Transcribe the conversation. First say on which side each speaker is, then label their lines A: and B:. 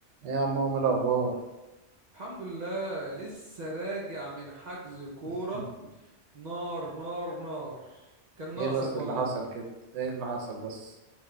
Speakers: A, on the right; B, on the right.
A: ايه يا عمو ايه الاخبار
B: الحمد لله لسه راجع من حجز كورة
A: <laughs>
B: نار نار نار كان ناقصك
A: ايه بس اللي
B: والله
A: حصل كده ايه اللي حصل بس